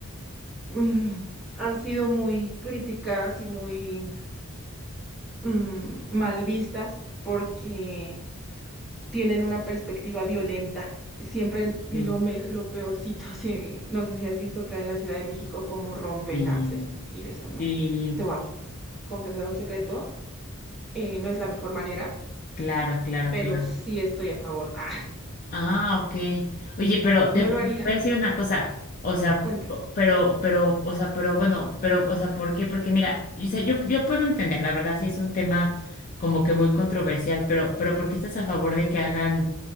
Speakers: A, in the centre; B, on the left.
A: mm, han sido muy criticadas y muy mm, mal vistas porque tienen una perspectiva violenta. Siempre lo,
B: Sí,
A: me- lo peorcito, <laughs> si, no sé si has visto acá en la Ciudad de México cómo rompen,
B: sí,
A: hacen y eso no.
B: sí,
A: Te voy a confesar un secreto, eh, no es la mejor manera,
B: claro, claro,
A: pero
B: claro.
A: sí estoy a favor. <laughs> Ah,
B: Ah, ok. Oye, pero te
A: no
B: te
A: lo haría
B: voy a decir
A: yo.
B: una cosa, o sea,
A: Cuéntame.
B: pero, pero, o sea, pero bueno, pero, o sea, ¿por qué? Porque mira, o sea, yo, yo puedo entender, la verdad, sí es un tema como que muy controversial, pero, pero ¿por qué estás a favor de que hagan?